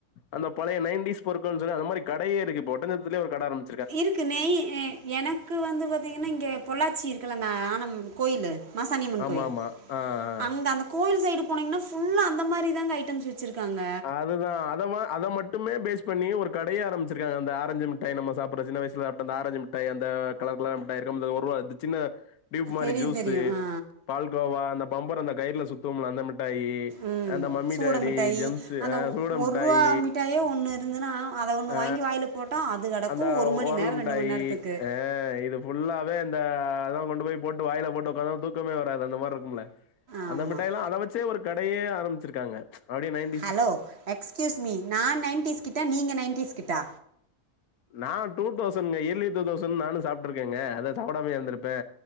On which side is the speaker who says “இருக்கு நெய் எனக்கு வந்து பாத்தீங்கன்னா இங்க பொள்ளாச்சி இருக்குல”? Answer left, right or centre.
Right